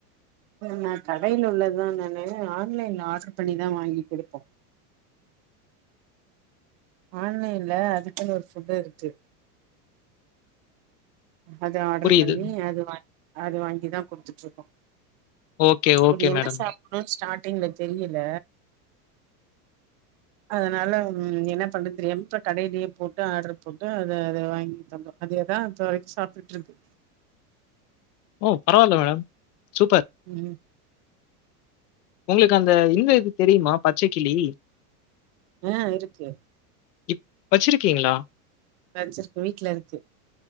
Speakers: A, on the right; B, on the left.
A: நா கடைல உள்ளதா நானு ஆன்லைன்ல ஆர்டர் பண்ணிதா வாங்கி குடுப்போ ஆன்லைன்ல அதுக்குன் ஒரு ஃபுட்டேருக்கு அது ஆட்ரு
B: புரியுது.
A: பண்ணி அது வா அது வாங்கி தா குடுத்துட்ருக்கோ
B: ஓகே, ஓகே
A: அது என்ன
B: மேடம்.
A: சாப்புண்ணுன் ஸ்டார்டிங்ல தெரியல
B: <inaudible>
A: அதனால ம் என்ன பண்றது தெரியாம இப்ப கடைலியே போட்டு ஆட்ரு போட்டு அத அத வாங்கி தந்தோ அதேதா இப்ப வரைக் சாப்டுட்ருக்கு
B: ஒ பரவால்ல மேடம் சூப்பர்.
A: ம்
B: உங்ளுக் அந்த இந்த இது தெரியுமா பச்சைக்கிளி
A: அ இருக்கு
B: இப் வச்சிருக்கீங்ளா
A: வெச்சிருக்கு வீட்ல இருக்கு